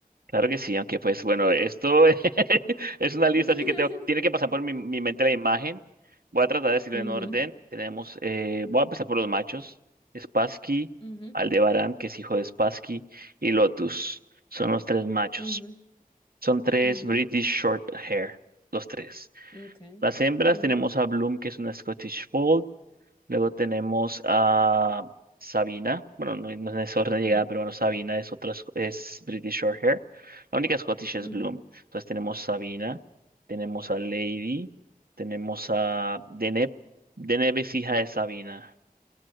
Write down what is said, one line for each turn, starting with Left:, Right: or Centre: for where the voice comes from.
Right: claro que sí, aunque pues bueno, esto <laughs> es una lista,
Left: <laughs>
Right: así que tengo- tiene que pasar por mi, mi mente la imagen. Voy a tratar de decirlo
Left: Ujú,
Right: en orden. Tenemos, eh, voy a empezar por los machos, Spassky,
Left: ujú,
Right: Aldebarán, que es hijo de Spassky, y Lotus. Son los tres machos.
Left: ujú.
Right: Son tres
Left: Ujú,
Right: British Short Hair, los tres.
Left: Ok.
Right: Las hembras
Left: Ujú,
Right: tenemos a Bloom, que es una Scottish Fold. Luego tenemos a Sabina. Bueno, no, no es en ese orden de
Left: ujú,
Right: llegada, pero bueno, Sabina es otra, sc- es British Shorthair. La única Scottish es
Left: ujú,
Right: Bloom. Entonces tenemos Sabina, tenemos a Lady, tenemos a Deneb. Deneb es hija de Sabina.